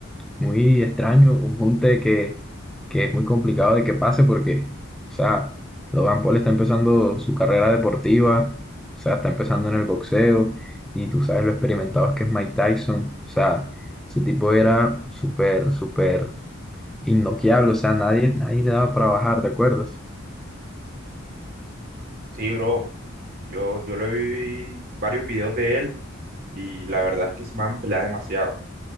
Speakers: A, in the centre; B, on the right.
A: muy extraño, un junte que, que es muy complicado de que pase porque, o sea, Logan Paul está empezando su carrera deportiva, o sea, está empezando en el boxeo y tú sabes lo experimentado que es Mike Tyson, o sea, ese tipo era súper, súper innoqueable, o sea, nadie, nadie le daba para bajar, ¿te acuerdas?
B: Sí, bro, yo, yo le vi varios videos de él y la verdad es que se me han peleado demasiado.